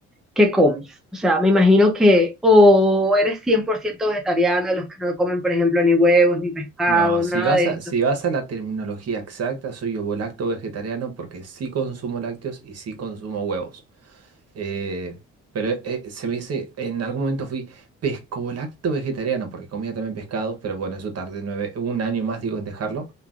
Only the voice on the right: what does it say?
No, si
vas
a,
si vas a la terminología exacta, soy ovolacto vegetariano porque sí consumo lácteos y sí consumo huevos. Eh, pero eh, se me dice, en algún momento fui pescolacto vegetariano, porque comía también pescado, pero bueno, eso tardé nueve, un año más, digo, en dejarlo.